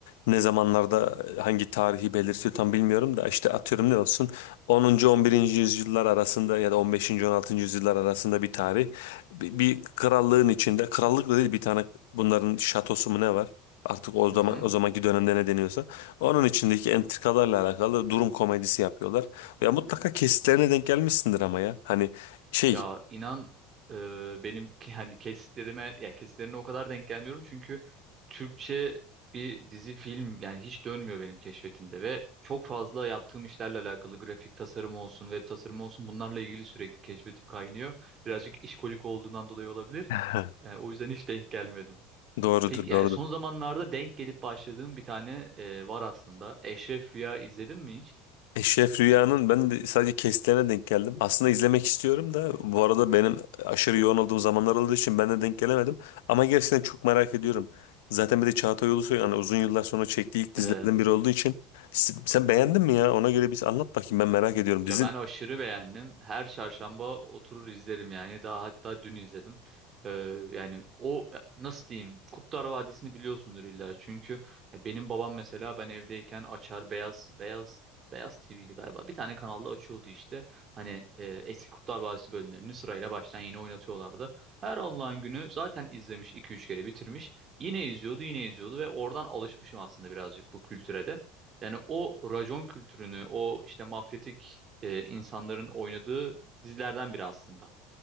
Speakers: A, on the left; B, on the right.
A: ne zamanlarda hangi tarihi belirtiyor tam bilmiyorum da işte atıyorum ne olsun 10. 11. yüzyıllar arasında ya da on beşinci on altıncı yüzyıllar arasında bir tarih. Bir, bir krallığın içinde krallık da değil bir tane bunların şatosu mu ne var? Artık o zaman
B: Hı hı.
A: o zamanki dönemde ne deniyorsa onun içindeki entrikalarla alakalı durum komedisi yapıyorlar. Ya mutlaka kesitlerine denk gelmişsindir ama ya. Hani şey
B: Ya inan e, benim ki- hani kesitlerime ya kesitlerine o kadar denk gelmiyorum çünkü Türkçe bir dizi film yani hiç dönmüyor benim keşfetimde ve çok fazla yaptığım işlerle alakalı grafik tasarım olsun web tasarımı olsun bunlarla ilgili sürekli keşfetip kaynıyor. Birazcık işkolik olduğundan dolayı olabilir.
A: <laughs>
B: Yani o yüzden hiç denk gelmedim.
A: Doğrudur,
B: Peki
A: doğrudur.
B: yani son zamanlarda denk gelip başladığım bir tane e, var aslında. Eşref Rüya izledin mi hiç?
A: Eşref Rüya'nın ben de sadece kesitlerine denk geldim. Aslında izlemek istiyorum da bu arada benim aşırı yoğun olduğum zamanlar olduğu için ben de denk gelemedim. Ama gerçekten çok merak ediyorum. Zaten bir de Çağatay Ulusoy yani uzun yıllar sonra çektiği ilk dizilerden
B: Evet.
A: biri olduğu için. S- Sen beğendin mi ya? Ona göre bir anlat bakayım ben merak ediyorum. Dizi
B: Ya ben aşırı beğendim. Her çarşamba oturur izlerim yani. Daha hatta dün izledim. Ee, yani o nasıl diyeyim? Kurtlar Vadisi'ni biliyorsundur illa. Çünkü ya benim babam mesela ben evdeyken açar beyaz beyaz beyaz TV'li galiba. Bir tane kanalda açıyordu işte. Hani e, eski Kurtlar Vadisi bölümlerini sırayla baştan yine oynatıyorlardı. Her Allah'ın günü zaten izlemiş iki üç kere bitirmiş. Yine izliyordu, yine izliyordu ve oradan alışmışım aslında birazcık bu kültüre de. Yani o racon kültürünü, o işte mafyatik e, insanların oynadığı dizilerden biri aslında.